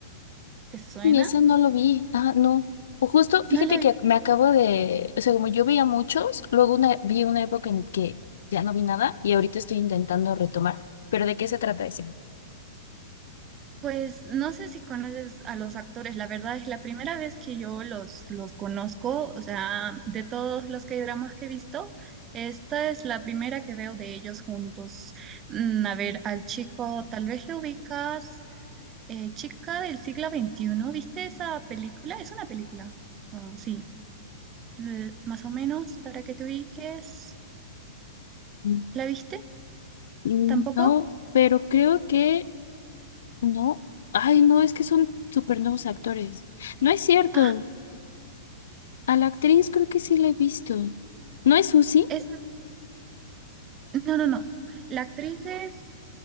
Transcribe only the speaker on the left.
Y ese no lo vi. Ah, no. O justo, fíjate
que me acabo de, o sea, como yo veía muchos, luego una, vi una época en que ya no vi nada y ahorita estoy intentando retomar. ¿Pero de qué se trata ese?
Mm,
No,
pero creo que no. Ay, no, es que son súper nuevos actores. No es cierto.
A la actriz creo que sí la he visto. ¿No es Susi?